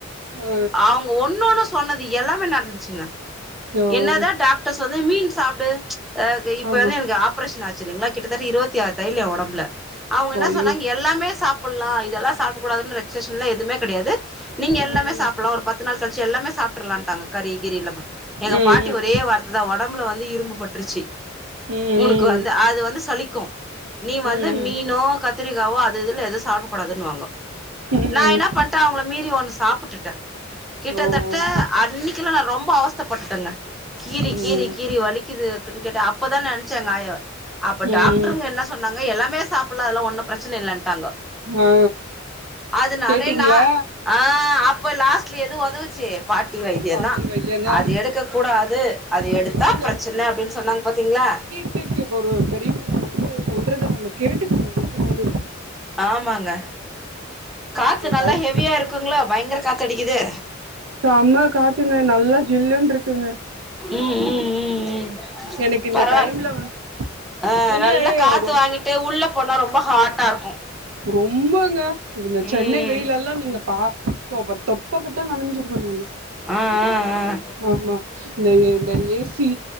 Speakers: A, on the right; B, in the centre.
A: ஆ
B: அவ்ங்க ஒன்னொன்னு சொன்னது எல்லாமே நடந்துச்சுங்க
A: ஓ
B: என்னதா டாக்டர்ஸ் வந்து மீன் சாப்பிடு அஹ் இப்ப
A: ஆமா
B: வந்து எனக்கு ஆப்ரேஷன் ஆச்சு இல்லங்களா கிட்டத்தட்ட இருபத்தி ஆறுத் தயய்லு ய ஒடம்புல அவங்க என்ன
A: ஐயோ
B: சொல்றாங்க எல்லாமே சாப்பிடலா இதெல்லா சாப்பிட கூடாதுன்னு ரெசேஷன் எல்லா எதுமே கிடையாது நீங்க எல்லாமே
A: ம்
B: சாப்பிடலா ஒரு பத்து நாள் கழிச்சு எல்லாமே சாப்பிடறாலான்ட்டாங்க கறி கிறி இல்லாம எங்க
A: ம்
B: பாட்டி
A: ம்
B: ஒரு தே வார்த்ததா ஒடம்புல இரும்பு பட்ருச்சி
A: ம் ம்
B: உனக்கு வந்து அது வந்து சலிக்கு நீ வந்து
A: ம்
B: மீனோ
A: ம்
B: கத்திரிக்காவோ அது இதுனு எது சாப்ட கூடாதுன்வாங்கோ
A: ம்
B: நா என்ன
A: ம்
B: பண்ணிட்டே அவங்கள மீறி ஒன்னு சாப்பிட்டுட்டே கிட்டத்தட்
A: ஓ
B: ட அன்னிகெல்லா நா ரொம்ப அவச்தப்பட்டெங்க கீறி
A: ம்
B: கீறி கீறி வலிக்குது கேட்ட அப்பதா நனச்ச ய ஆயாவ அப்ப
A: ம்
B: டாக்டருங்க என்ன சொன்னாங்க எல்லாமே சாப்புலா அதெல்ல ஒன்னு பிரச்சன இல்லன்ட்டாங்கோ
A: ஆ
B: அதனாலே
A: கேட்டீங்களா
B: நா ஆ அப்ப லாஸ்ட்ல எது உதவுச்சி பாட்டி வைத்தியந்தா
A: பாட்டி வைத்தியந்தா
B: அது எடுக்க கூடாது அது
A: உண்மைங்க
B: எடுத்தா பிரச்சன அப்டின்னு சொன்னாங்க பாத்தீங்ளா
A: க்கு இப்ப ஒரு பெரியவங்க வந்து சொல்றத நம்ம கேட்டுக்கனு நெசமாலோ
B: ஆமாங்க காத்து நல்லா
A: வைத்திய
B: ஹெவியா இருக்குங்களா பயங்கர காத்து அடிக்குது
A: செம்ம காத்துங்க நல்லா ஜில்லுனு இருக்குங்க
B: ம் ம் ம் ம்
A: எனக்கு இந்த
B: பரவால்
A: டைம்ல வந்
B: ஆ
A: ஏன்னா
B: நல்லா காத்து
A: ரொ
B: வாங்கிட் இப்ப உள்ள போனா ரொம்ப ஹாட்டா இருக்கு
A: ரொம்பங்க இந்த சென்னை
B: ம்
A: வெயில் எல்லா நீங்க பா சோ அப்ப தொப்பக்கட்ட நனஞ்சிருவ நானு
B: ஆ ஆ ஆ
A: ஆமா இந்த இந்த ஏ சி